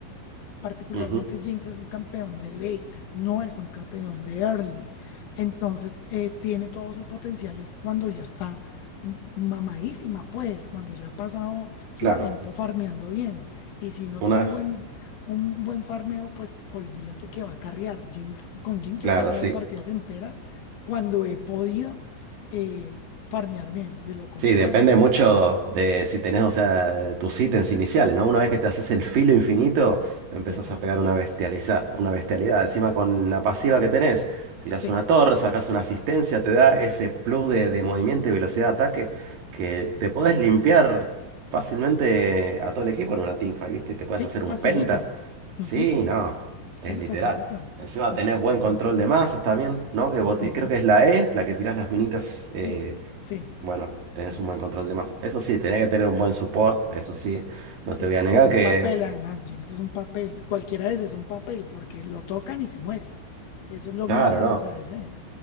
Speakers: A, on the left; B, on the right.
A: Particularmente
B: Ujú.
A: Jinx es un campeón de late, no es un campeón de early. Entonces, eh, tiene todo su potencial es cuando ya está m- mamadísima, pues, cuando ya ha pasado su
B: Claro,
A: tiempo farmeando bien. Y si no
B: una,
A: tiene un buen, un buen farmeo, pues olvídate que va a carrear. Jinx, con Jinx
B: claro,
A: yo he carreado
B: sí.
A: partidas enteras cuando he podido eh, farmear bien. De lo contrario,
B: Sí, depende mucho de si tenés, o sea, tus ítems iniciales, ¿no? Una vez que te haces el filo infinito, empezás
A: epa,
B: a pegar una bestializa, una bestialidad.
A: sí,
B: Encima con
A: sí,
B: la pasiva que tenés, tirás
A: sí.
B: una torre, sacás una asistencia, te da ese plus de, de movimiento y velocidad de ataque que
A: sí.
B: te podés limpiar fácilmente a todo el equipo en una teamfight, ¿viste? Y te podés
A: Sí,
B: hacer
A: facilito.
B: un penta.
A: Ujú.
B: Sí, no,
A: Sí,
B: es literal.
A: facilito.
B: Encima
A: Es
B: tenés buen
A: una
B: control
A: locura.
B: de masas también, ¿no? Que vos ti-
A: Ujú.
B: creo que es la E, la que tirás las minitas. eh,
A: Sí, sí,
B: bueno, tenés
A: sí.
B: un buen control de mazo. Eso sí, tenés que tener un buen support, eso sí. No
A: Sí,
B: te voy
A: porque
B: a negar
A: es un
B: que...
A: papel, además, Jinx es un papel. Cualquiera de ese es un papel, porque lo tocan y se muere. Eso es lo
B: Claro,
A: malo de
B: no.
A: los ADCs.